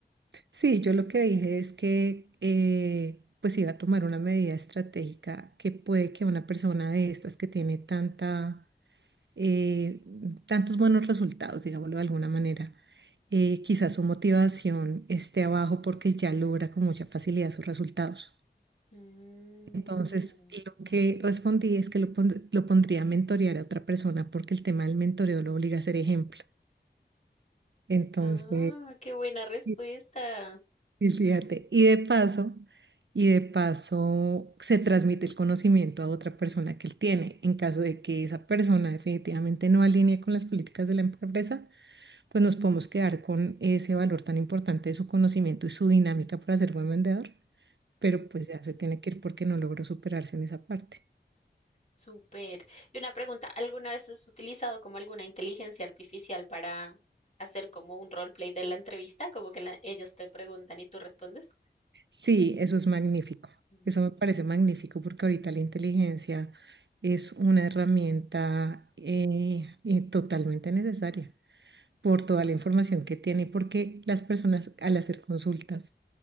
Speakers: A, on the right; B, on the left.
A: Sí, yo lo que dije es que eh, pues iba a tomar una medida estratégica que puede que una persona de estas que tiene tanta eh, tantos buenos resultados, digámoslo de alguna manera. Eh, quizás su motivación esté abajo porque ya logra con mucha facilidad sus resultados.
B: Mm.
A: Entonces, lo que respondí es que lo, pon- lo pondría a mentorear a otra persona porque el tema del mentoreo lo obliga a ser ejemplo. Entonces,
B: Ah, qué buena respuesta.
A: sí y fíjate, y de paso, y de paso se transmite el conocimiento a otra persona que él tiene. En caso de que esa persona definitivamente no alinee con las políticas de la empresa, pues nos podemos quedar con ese valor tan importante de su conocimiento y su dinámica para ser buen vendedor, pero
B: Ujú.
A: pues ya se tiene que ir porque no logró superarse en esa parte.
B: Súper. Y una pregunta, ¿alguna vez has utilizado como alguna inteligencia artificial para hacer como un roleplay de la entrevista? Como que la- ellos te preguntan y tú respondes.
A: Sí, eso es magnífico.
B: Mm.
A: Eso me parece magnífico porque ahorita la inteligencia es una herramienta eh, eh, totalmente necesaria por toda la información que tiene, porque las personas al hacer consultas